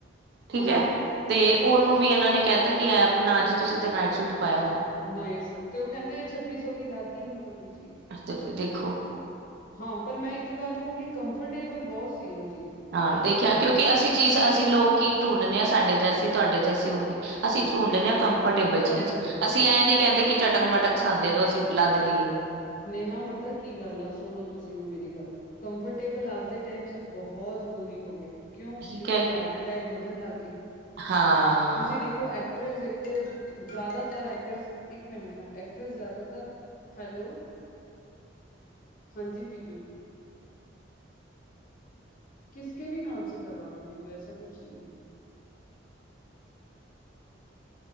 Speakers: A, on the right; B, on the left.
A: ਠੀਕ
B: ਹਾਂਜੀ
A: ਐ। ਤੇ ਓਨੂੰ ਵੀ ਐਨਾਂ ਨੇ ਕੈਤਾ ਕਿ ਐ ਅਪਨਾ ਜੀ ਤੁਸੀਂ ਤਾ ਨਾਈਟ ਸੂਟ ਪਾਇਆ ਹੋਇਆ।
B: ਨਾਇਸ, ਤੇ ਓ ਕੈਂਦੇ ਛੱਬੀ ਸੌ ਦੀ ਲੱਗਦੀ ਨੀ ਤੁਆਡੀ ਚੀਜ਼
A: ਐ ਤੇ ਫੇਰ ਦੇਖੋ
B: ਹਾਂ, ਪਰ ਮੈਂ ਇੱਕ ਗੱਲ ਕਓਂਗੀ ਕੰਫਰਟੇਬਲ ਬਹੁਤ ਸੀ ਓ ਚੀਜ਼
A: ਹਾਂ ਦੇਖਿਆ, ਕਿਉਂਕਿ ਅਸੀਂ ਚੀਜ਼ ਅਸੀਂ ਲੋਕ ਈ ਟੂੰਡਨੇ ਆ ਸਾਡੇ ਜੈਸੇ ਤੁਆਡੇ ਜੈਸੇ ਹੋਗੇ ਅਸੀਂ ਟੂਡਨੇ
B: ਹਾਂ
A: ਆ ਕੰਫਰਟੇਬਲ
B: ਕੰਫਰਟੇਬਲ
A: ਚੀਜ਼, ਅਸੀਂ ਐ ਨੀ ਕੈਂਦੇ ਕਿ ਚਟਕ- ਮਟਕ ਸਾਨੁ ਦੇਦੋ ਅਸੀਂ ਲੱਦ ਲਈਏ
B: ਨੇਹਾ ਪਤਾ ਕੀ ਗਲਤ ਐ, ਸੂਨੋ ਤੁਸੀ ਹੂਨ ਮੇਰੀ ਗਲ ਕੰਫਰਟੇਬਲ ਅੱਜ ਦੇ ਟੈਮ ਚ ਬਹੁਤ ਜ਼ਰੂਰੀ ਹੋ ਗਿਆ ਕਿਉਂ,
A: ਠੀਕ
B: ਕਿਉਂਕਿ
A: ਹੈ
B: ਹਾਰਟ ਅਟੈਕ ਵਦਨ ਲੱਗਗੇ
A: ਹਾਂ
B: ਤੁਸੀਂ ਦੇਖੋ ਐਕਟਰੈਸ ਦੇਖੋ, ਜਿਆਦਾਤਰ ਐਕਟਰੈਸ ਇਕ ਮਿੰਟ ਨੇਹਾ ਐਕਟਰੈਸ ਜਿਆਦਾਤਰ ਹੈਲੋ, ਹਨਜੀ ਜੀਜੂ ਕਿਸ ਕੇ ਭੀ ਨਾਮ ਸੇ ਕਰਵਾ ਲੋ ਜੀਜੂ ਏਸਾ ਕੂਛ ਭੀ ਨਹੀ